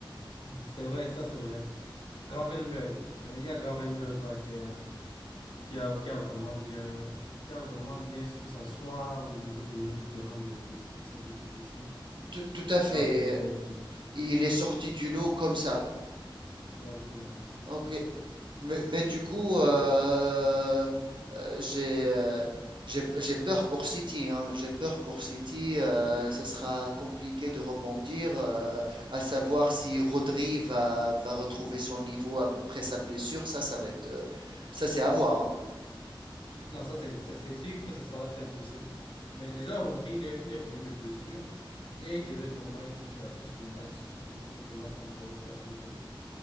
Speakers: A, on the left; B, on the right.
A: C'est vrai, ça c'est vrai. Gravenberg. Euh, Il y a Gravenberg là qui est. qui a, qui a vraiment bien, qui a vraiment bien su s'asseoir au niveau du milieu du terrain de, de, de cette équipe aussi.
B: Tout, tout à fait.
A: Gravenberch,
B: Il est sorti du lot comme ça.
A: exactement.
B: Ok. Mais, mais du coup, euh, euh, j'ai euh, j'ai j'ai peur pour City. hein. J'ai peur pour City. euh, ça sera compliqué de rebondir. euh, à savoir si Rodri va, va retrouver son niveau après sa blessure. Ça, ça va être. euh, ça, c'est à voir. hein.
A: Non, ça c'est ça c'est sûr que ce sera très difficile. Mais déjà, Rodri, il est, il est revenu de blessure. Hier, il devait normalement être sur la fiche de match, notre match contre Wolverhampton.